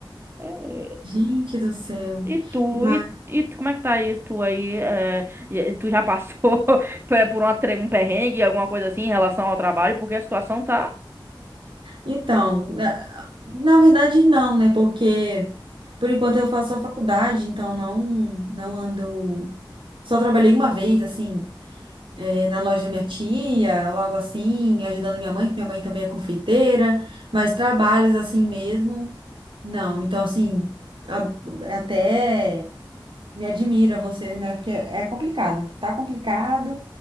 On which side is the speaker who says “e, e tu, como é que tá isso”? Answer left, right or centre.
Right